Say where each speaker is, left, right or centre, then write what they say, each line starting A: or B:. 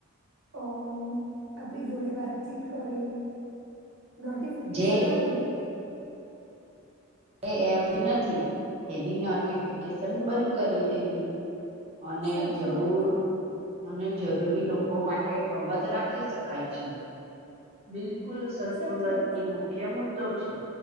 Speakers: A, on the right; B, on the right.
A: અ આપડી જોડે વાતચીત કરી. નોટિફિકેશન
B: જે
A: આવી.
B: એ એપની નથી તેની નોટિફિકેશન બંધ કરી દેવી. અને
A: સાચી
B: જરૂર.
A: વાત છે
B: અને જરૂરી લોકો માટે અવાજ રાખી શકાય છે. બિલકુલ, સંતુલન
A: સાચી વાત છે
B: એ મુખ્ય મુદ્દો છે